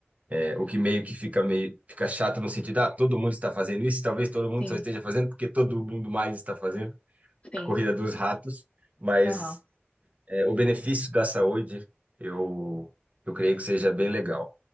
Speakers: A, on the right; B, on the left.
A: É, o que meio que fica meio fica chato no sentido, ah, todo mundo está fazendo isso, talvez todo mundo
B: Sim,
A: só esteja fazendo porque todo mundo mais está fazendo
B: sim.
A: a corrida dos ratos, mas
B: Aham.
A: é, o benefício da saúde, eu eu creio que seja bem legal,